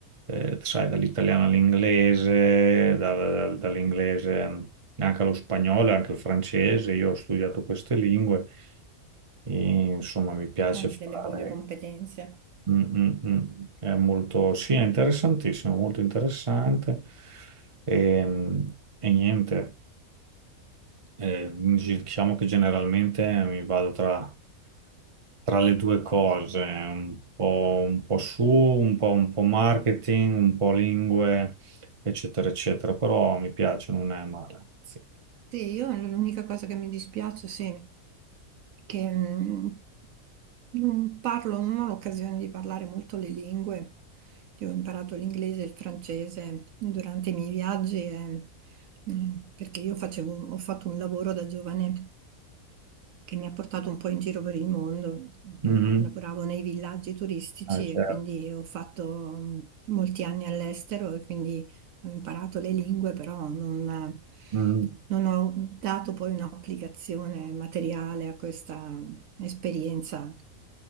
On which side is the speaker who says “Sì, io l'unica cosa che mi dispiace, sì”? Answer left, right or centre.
Right